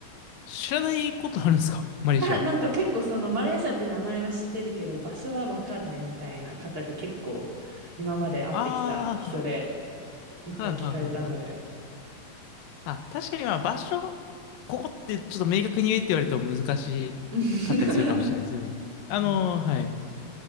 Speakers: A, on the left (about 75°); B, on the right (about 30°).
A: 知らないことあるんですかマレーシアを。
B: <laughs> あなんか結構そのマレーシアって名前は知ってるけど、場所はわかんないみたいな方が結構今まで会ってきた人で
A: ああ、<laughs>
B: いっぱい聞かれたので。
A: はいはいはいはい。あ、確かにまあ場所、ここってちょっと明確に言えって言われると難しかったりするかもしれないですね。
B: <laughs>
A: あのーはい。
B: そう